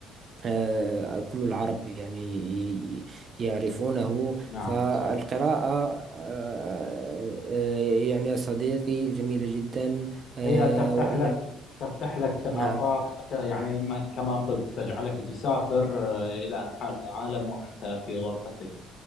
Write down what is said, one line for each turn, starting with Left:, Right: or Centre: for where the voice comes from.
Right: آه، كل العرب يعني ي- يعرفونه
Left: نعم
Right: فالقراءة
Left: صحيح
Right: آه، آه، يعني يا صديقي جميلة جدا آه،
Left: هي تفتح
Right: وأن
Left: لك تفتح لك آفاق
Right: نعم
Left: ت- يعني ما- كما قلت تجعلك تسافر آه، إلى عالم وأنت في غرفتك